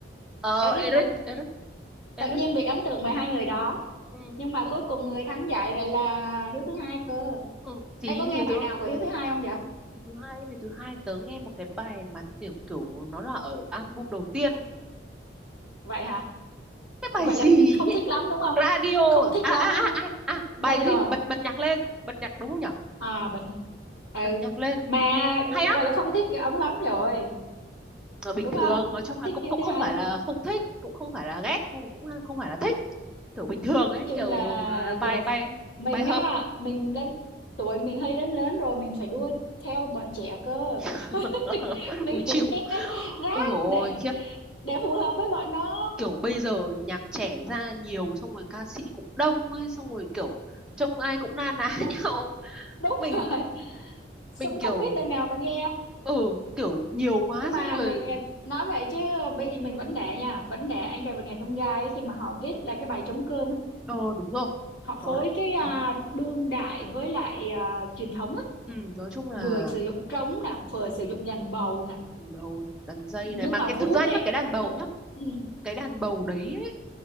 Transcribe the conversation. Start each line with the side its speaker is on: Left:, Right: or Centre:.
Centre: ờ,
Left: Eric
Centre: Eric
Left: nữa
Centre: Eric Eric
Left: tự nhiên bị ấn tượng bởi hai người đó
Centre: ừ.
Left: nhưng mà
Centre: Thứ-
Left: cuối cùng người thắng giải lại là Hiếu thứ hai cơ
Centre: ừ. tí
Left: em có nghe
Centre: thì
Left: bài
Centre: tớ
Left: nào của Hiếu thứ hai không vậy
Centre: thứ hai thì thứ hai tớ nghe một cái bài mà tiểu kiểu nó là ở album đầu tiên
Left: vậy hả
Centre: cái bài
Left: vậy
Centre: gì
Left: là không
Centre: ấy?
Left: thích lắm đúng không
Centre: radio
Left: không thích
Centre: à
Left: lắm
Centre: à à
Left: đúng không
Centre: à à bài
Left: ra điều
Centre: gì
Left: à
Centre: bật bật nhạc lên bật nhạc đúng không nhở
Left: à bệnh ừ
Centre: bật nhạc lên
Left: mà
Centre: hay lắm
Left: vậy là không thích ống lắm rồi
Centre: ở bình
Left: đúng
Centre: thường
Left: không
Centre: nói
Left: không
Centre: chung là
Left: thích
Centre: cũng
Left: Hiếu
Centre: cũng
Left: thứ
Centre: không
Left: hai
Centre: phải
Left: lắm
Centre: là không thích cũng không phải là ghét hay là cũng à, không phải là thích kiểu bình thường ấy
Left: nói chung
Centre: kiểu
Left: là
Centre: à,
Left: giờ
Centre: bài bài
Left: mình
Centre: bài hợp
Left: á mình đến tuổi mình hơi lớn lớn rồi mình phải đua theo bọn trẻ cơ
Centre: <laughs>
Left: <laughs> mình
Centre: ui chịu
Left: phải nghe <laughs> rap
Centre: ôi dồi ôi
Left: để
Centre: khiếp
Left: để phù hợp với bọn nó
Centre: kiểu bây giờ nhạc trẻ ra nhiều xong rồi ca sĩ cũng đông ấy xong rồi kiểu trông ai cũng na ná
Left: Một-
Centre: <laughs> nhau
Left: đúng
Centre: mình
Left: rồi
Centre: mình
Left: cũng
Centre: kiểu
Left: không biết đằng nào mà nghe
Centre: ừ kiểu nhiều quá
Left: nhưng mà
Centre: xong
Left: mình
Centre: rồi
Left: nói vậy chứ bây giờ mình vẫn để nha vẫn để anh trai vượt ngàn chông gai ấy, khi mà họ viết là cái bài trống cơm ấy,
Centre: ờ đúng rồi
Left: họ
Centre: nó
Left: phối cái à,
Centre: đúng
Left: đương đại với lại à, truyền thống á
Centre: Ừ, nói chung là
Left: vừa sử dụng trống nè vừa sử dụng dàn bầu nè
Centre: đàn bầu đàn dây
Left: nhưng
Centre: này mà
Left: mà
Centre: cái
Left: vũ
Centre: thực ra
Left: đệ
Centre: nhá cái đàn bầu
Left: vũ
Centre: nhá
Left: ừ.
Centre: cái đàn bầu đấy ấy,